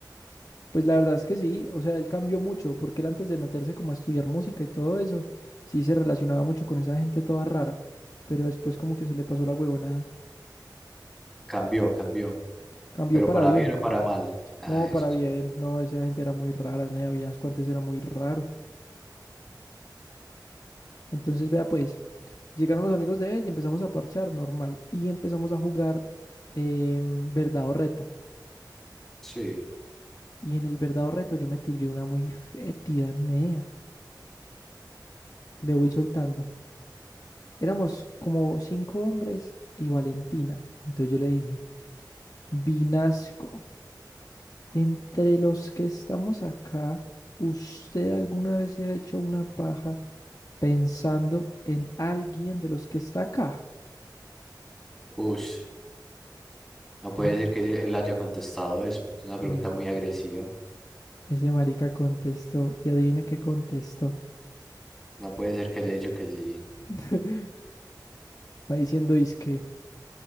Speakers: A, on the left; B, in the centre.
A: Pues la verdad es que sí, o sea, él cambió mucho, porque él antes de meterse como a estudiar música y todo eso, sí se relacionaba mucho con esa gente toda rara, pero después como que se le pasó la huevonada.
B: cambió, cambió.
A: Cambió
B: Pero
A: para
B: para
A: bien,
B: bien o para mal. Ah,
A: no,
B: eso
A: para bien,
B: sí.
A: no, esa gente era muy rara, Nea Vinasco antes era muy raro. Entonces, vea pues, llegaron los amigos de él y empezamos a parchar normal, y empezamos a jugar eh, verdad o reto.
B: Sí.
A: Y en el verdad o reto yo me tiré una muy fétida, Nea, le voy soltando. Éramos como cinco hombres y Valentina. Entonces yo le dije, Vinasco, entre los que estamos acá, ¿usted alguna vez se ha hecho una paja pensando en alguien de los que está acá?
B: Ush. No puede
A: Ese,
B: ser que él haya contestado eso. Es una pregunta
A: Nea,
B: muy agresiva.
A: ese marica contestó, y adivine qué contestó.
B: No puede ser que haya dicho que sí.
A: <laughs> Va diciendo, es que